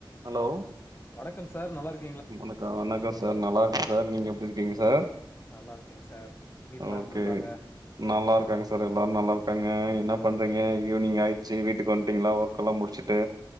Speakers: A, on the right; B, on the left.
A: ஹலோ
B: வணக்கம் சார் நல்லா இருக்
A: வணக்கொ வணக்கொ சார் நல்லா இருக்க சார் நீங்க எப்டி இருக்கீங்க சார்?
B: நல்லா இருக்கேங் சார் வீட்டுல்லா
A: ஓகே
B: எப்டி இருக்காங்க?
A: நல்லா இருக்காங்க சார் எல்லாரு நல்லா இருக்காங்க என்ன பண்றீங்க ஈவ்னிங் ஆயிட்ச்சு வீட்டுக்கு வந்ட்டீங்களா ஒர்க் எல்லா முடிச்சுட்டு